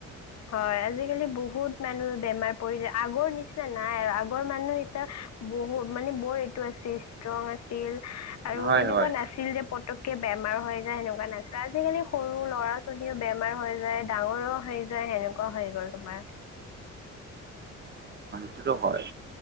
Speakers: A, on the left; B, on the right.
A: হয়, আজিকালি বহুত মানুহে বেমাৰ পৰি যায় আগৰ নিচিনা নাই আৰু আগৰ মানুহ এতিয়া বহুত মানে বৰ এইটো আছিল ষ্ট্ৰং আছিল, আৰু
B: হয়
A: এনেকুৱা
B: হয়
A: নাছিল যে প তককে বেমাৰ হৈ যায় সেনেকুৱা নাছিল। আজিকালি সৰু ল'ৰা -ছোৱালীও বেমাৰ হৈ যায়, ডাঙৰো হৈ যায় সেনেকুৱা হৈ গ'ল তোমাৰ।
B: সেইটো হয়।